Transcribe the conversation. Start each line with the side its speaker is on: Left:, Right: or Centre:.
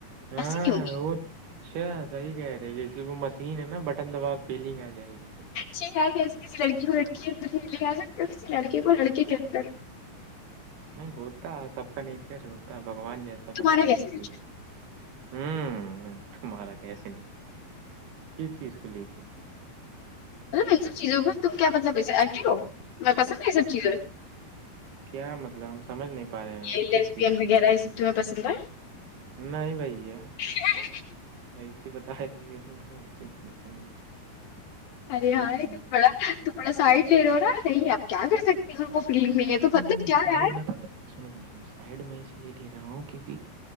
Right: ہاں
Left: نہیں ہوگی
Right: وہ <unintelligible> اچھا صحیح کہہ رہے ہیں جیسے وہ مشین ہے نا بٹن دباؤ فیلنگ آ جائے گی
Left: اچ کہ کسی لڑکی کو لڑکی اندر لے آ سکتے کسی لڑکے کو لڑک کے اندر
Right: نہیں ہوتا ہے سب کا نیچر ہوتا ہے بھگوان جیسا
Left: تمہارا
Right: بنا
Left: کیسے
Right: د کسی
Left: مطلب
Right: کو ہوں ہ تمہارا کیسے نہیں کس چیز کو لے کے <inaudible> <inaudible>
Left: مطلب ان سب چیزوںہ تم کیا مطلب کے ایکٹو ہو تمہیں پسند ہے یہ سب چیزیں
Right: کیا مطلب ہم سمجھ نہیں پا رہے
Left: یہ
Right: ہیں کس
Left: لیسبین
Right: چیز کو
Left: وغیرہ اس <unintelligible> تمیں پسند ہے <unintelligible>
Right: نہیں بھیا
Left: ا <unintelligible> <unintelligible>
Right: ایسے بتا رہی ہے ت تو ایسے ہی پوچھا گا
Left: ارے ہاںارے
Right: یہ سب نہیں
Left: توپڑا تٹکڑا سائڈ لے رہ ہو نا نہیں آپ کیا کر سکتے کسین کو فری نہیں ہے تو مطلب
Right: نہیں
Left: کیا
Right: سائڈ
Left: یار
Right: میں پتہ سنو سنو سو سائڈ میں اس لیے لے رہا ہوں کیونکہ